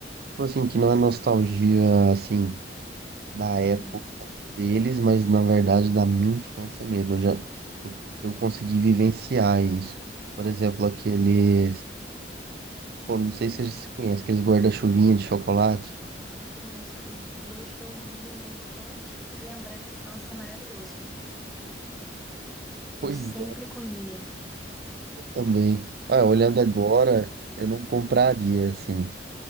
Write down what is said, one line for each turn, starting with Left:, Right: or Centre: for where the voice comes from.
Right: Tipo assim, que não é nostalgia, assim, da época
Centre: Uhum.
Right: deles, mas na verdade da minha infância mesmo. Eu já eu, eu consegui vivenciar isso. Por exemplo, aqueles. Pô, não sei se você conhece, aqueles guarda-chuvinha de chocolate.
Centre: Nossa, o gosto é horrível, mas só de lembrar a infância é maravilhoso, né? Eu
Right: Pois
Centre: sempre comia
Right: Também. Ah, olhando
Centre: Aquelas
Right: agora,
Centre: bolas.
Right: eu não compraria, assim.